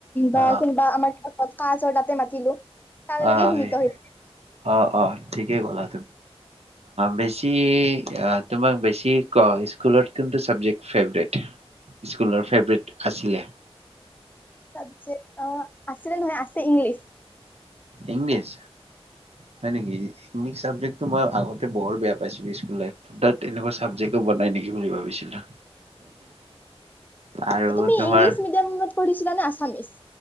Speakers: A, on the left; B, on the right.
A: বা
B: অ
A: কুনবা আমাৰ কটকাচ তাতে মাতিলো তাৰলৈকে
B: অঁ
A: সীমিত
B: সেই,
A: হৈ
B: অঁ-অঁ ঠিকেই ক'লা। বেছি, তোমাক বেছি ক স্কুল'ৰ কুন্টু চাবজেক্ট ফেভৰেট, স্কুল'ৰ ফেভৰেত আছিলে?
A: চাবজেক্ট, অঁ আছিলে নহয়, আছে ইংলিছ।
B: ইংলিছ! হয় নিকি? <unintelligible> ক্ মই আগতে বৰ বেয়া পাইছিলো <unintelligible> স্ুলাত একুৱাাবেক বনাই নেকি বুলি ভাবিছিলো। আৰু
A: তুমি
B: তোমাৰ
A: ইংলিছ মিডিয়ামত পঢ়িছিলাানে আছামিছ?